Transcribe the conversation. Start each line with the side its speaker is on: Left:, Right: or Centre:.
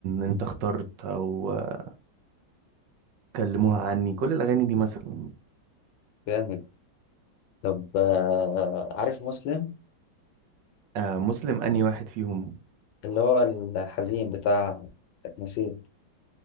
Right: انت اخترت او آه، كلموها عني كل الاغاني دي مثلا
Left: جامد طب آه، عارف مسلم
Right: آه مسلم اني واحد فيهم
Left: اللي هو الحزين بتاع اتنسيت